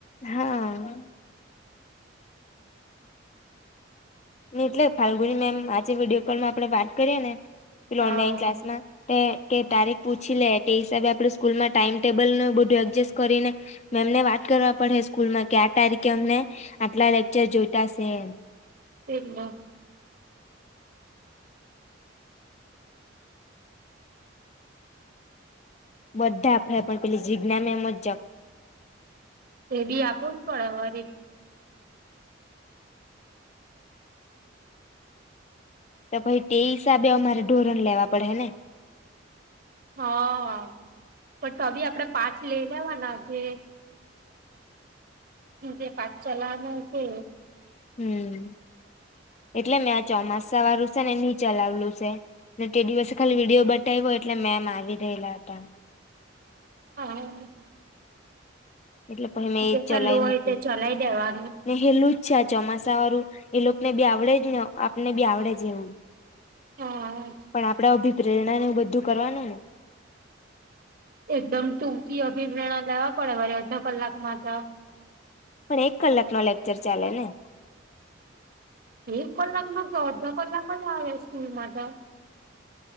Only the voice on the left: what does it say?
હા- એટલે ફાલ્ગુની મેમ આજે વિડીયો કોલમાં આપણે વાત કરીએે ને
ઓનલાઈન ક્લાસ માં- એ કે તારીખ પૂછી લે તે હિસાબે આપણે સ્કૂલમાં ટાઈમ ટેબલ નું બધું એડજસ્ટ કરીને- મે એમને વાત કરવા પડે સ્કૂલમાં કે આ તારીખે અમને આટલા લેકચર જોતાશે-
બધા આપણ પેલી જીજ્ઞા મેમ જ જ
તો પહી તે હિસાબે અમારે ઢોરણ લેવા પડે હે ને-
હમ એટલે મેં આ ચોમાસા વાલુ છે ને ની ચલાવલું છે ને તે દિવસે ખાલી વિડીયો બતાવ્યો હોય એટલે મેમ આવી રેયેલા હતા
એટલે પહિ મેં
એ ચલાવી
મૂકું.
ને હેલું જ છે આ ચોમાસા વાળું એ લોકો ને બી આવડે જ ને આપને બી આવડે જ એવું.
પણ આપણે અભીપ્રેરણા ને બધું કરવાનું ને
પણ એક કલાક નો લેક્ચર ચાલે ને